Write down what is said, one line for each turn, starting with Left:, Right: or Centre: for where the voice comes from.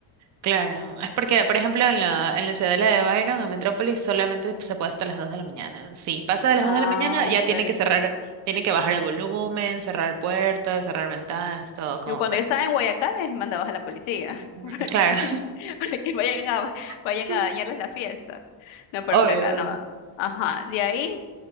Right: Claro, es porque, por ejemplo, en la, en la ciudadela de Byron, en Metrópolis, solamente se puede hasta las 2 de la mañana. Si pasa de las
Left: Ah,
Right: 2 de la mañana, ya
Left: ok.
Right: tiene que cerrar, tiene que bajar el volumen, cerrar puertas, cerrar ventanas, todo como
Left: Yo cuando
Right: para...
Left: yo estaba en Guayacán, eh, mandabas a la policía. <laughs>
Right: Mm,
Left: ¿Para
Right: Claro,
Left: qué? <laughs> de que vayan a, vayan
Right: <laughs>
Left: a dañarles la fiesta. No, por
Right: obvio,
Left: acá
Right: obvio.
Left: no. Ajá, de ahí,